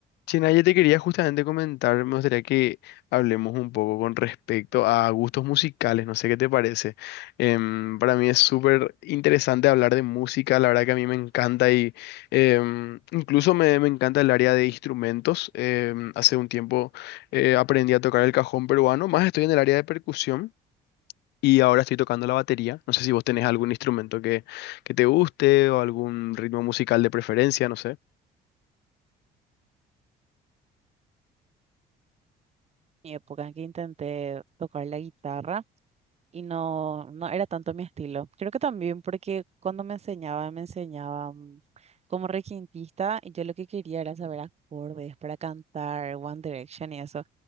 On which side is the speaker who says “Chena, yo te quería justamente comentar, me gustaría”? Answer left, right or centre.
Left